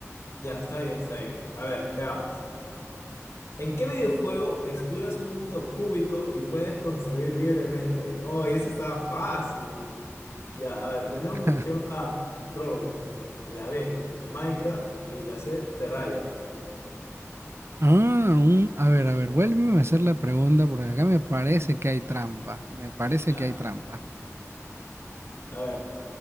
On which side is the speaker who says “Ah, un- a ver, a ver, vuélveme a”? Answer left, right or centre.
Right